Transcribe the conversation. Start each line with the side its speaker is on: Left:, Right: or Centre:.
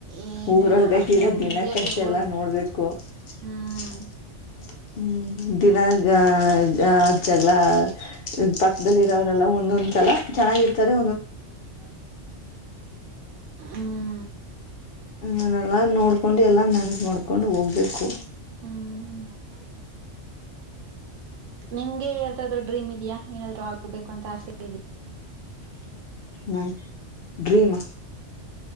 Right: ಏನು
Left: ಊರೊಳ್ಗಡ
Right: ಇರಲ್ಲ ನೆಮ್ಮದಿಯಾಗಿರ್ಬೋದು
Left: ದಿನಕ್ಕೆ ಜಗ್ಗಳ ನೋಡ್ಬೇಕು... <unintelligible>
Right: ಹ್ಮ್
Left: ಹ್ಮ್ ದಿನಾಗ ಅದ್ ಜಗಳ ಪಕ್ಕದಲ್ಲಿ ಇರೋವರೆಲ್ಲ ಒಂದೊಂದ್ಸಲ ಚೆನ್ನಾಗಿರ್ ರ್ಾರೆ
Right: ಹ್ಮ್
Left: ನ್ನ ಎಲ್ಲ ನೋಡ್ಕೊಂಡು ಎಲ್ಲಾ ಮ್ಯಾನೇಜ್ ಮಾಡ್ಕೊಂಡು ಹೋಗ್ಬೇಕು
Right: ಹ್ಮ್ ನಿಮ್ಗೆ ಯ್ದಾದ್ರು ಡ್ರೀಮ್ ಇದೆಯಾ ಏನಾದ್ರು ಆಗ್ಬೇಕು ಅಂತ ಆಸೆ ಇದಾ
Left: ಹ ಡ್ರೀಮ್